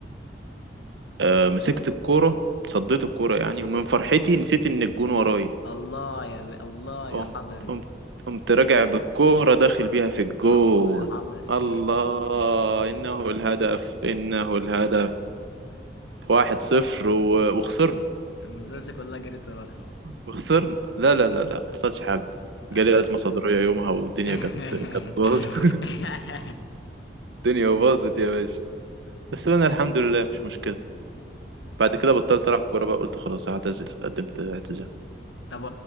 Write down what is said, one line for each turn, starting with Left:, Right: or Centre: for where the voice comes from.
Right: آه، مسكت الكورة صديت الكورة يعني ومن فرحتي نسيت
Left: الله
Right: إن الجون
Left: الله
Right: ورايا
Left: الله يا ب... الله يا
Right: قمت
Left: حضري
Right: قمت قمت راجع بالكورة داخل بيها في الجون
Left: الله يا حضري
Right: الله إنه الهدف إنه الهدف واحد صفر و... وخسرنا
Left: <laughs> المدرسة كلها جريت وراك طبعا
Right: وخسرنا لا لا لا لا ما حصلش حاجة
Left: ايوه
Right: جالي أزمة صدرية يومها والدنيا
Left: <laughs>
Right: كانت كانت باظت <laughs> الدنيا باظت يا باشا بس أنا الحمد لله مش مشكلة بعد كده بطلت ألعب كورة بقى قلت خلاص هعتزل قدمت اعتزال
Left: طب